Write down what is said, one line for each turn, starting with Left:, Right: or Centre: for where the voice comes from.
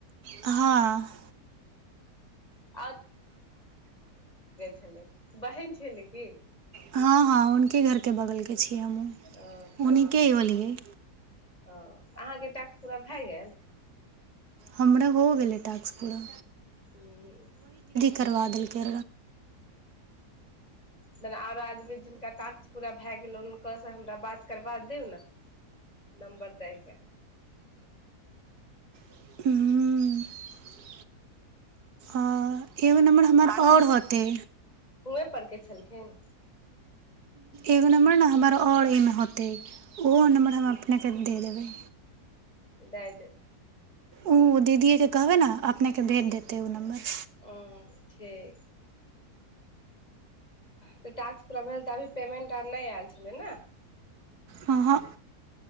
Right: हँ
Left: आओ छलै बहन छलै की
Right: हँ हँ हुनके घरके बगलके छीिय हमहहुँ
Left: ओ
Right: हुने होलियै
Left: ओ अहाँके टैक्स पूरा भए गेल
Right: हमरा हो गेलै टास्क पूरा
Left: ह
Right: करबा देलका
Left: जेना आरो आदमी जिनका ताकत पूरा भए गेल हुनकासँ हमरा बात करबा दउ ने नम्बर दएके
Right: ह आ एगो नम्बर हमर आओर होत त
Left: हुएँ परके छलखिन
Right: एगो नम्बर ने हमर आओर एहिमे होतै ओहो नम्बर हम अपनेके दे देबै
Left: दाय देब
Right: ओ दीदिे के कहबे ने अपनेके भेज देतै ओ नम्बर
Left: ओ ठीक तऽ टैक्स पूरा भेल तऽ अभी पेमेंट आर नहि आयल छलै ने
Right: हहाँ